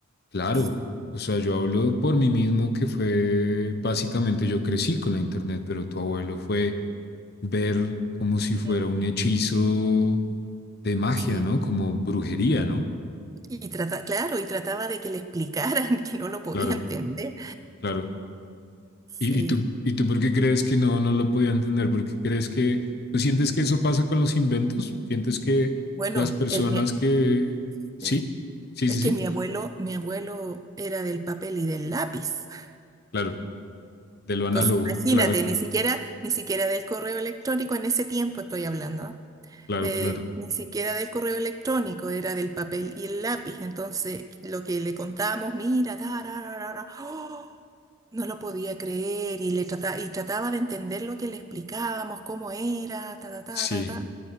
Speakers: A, on the left (about 50°); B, on the right (about 15°).
A: claro.
B: Sí.
A: O sea, yo hablo por mí mismo que fue, básicamente yo crecí con la internet, pero tu abuelo fue ver como si fuera
B: mm,
A: un hechizo de magia,
B: sí.
A: ¿no? Como brujería, ¿no?
B: Y trata, claro, y trataba de que le explicaran <laughs> que no lo podía
A: Claro,
B: entender.
A: claro.
B: Sí.
A: ¿Y, y tú, y tú por qué crees que no, no lo podía entender? ¿Por qué crees que tú sientes que eso pasa con los inventos? ¿Sientes que
B: Bueno,
A: las personas
B: el, mi-
A: que... Sí,
B: eh,
A: sí,
B: es
A: sí,
B: que
A: sí,
B: mi abuelo, mi abuelo era del papel y del lápiz. <laughs>
A: claro, de lo
B: Entonces,
A: análogo,
B: imagínate,
A: claro,
B: ni siquiera, ni siquiera del correo electrónico en ese tiempo estoy hablando, ¿ah?
A: claro,
B: Eh,
A: claro.
B: ni siquiera del correo electrónico, era del papel y el lápiz. Entonces, lo que le contábamos, mira, ta, ra, ra, ra, ra, ¡oh! No lo podía creer y le trataba, y trataba de entender lo que le explicábamos, cómo era, ta, ta,
A: Sí,
B: ta, ta, ta.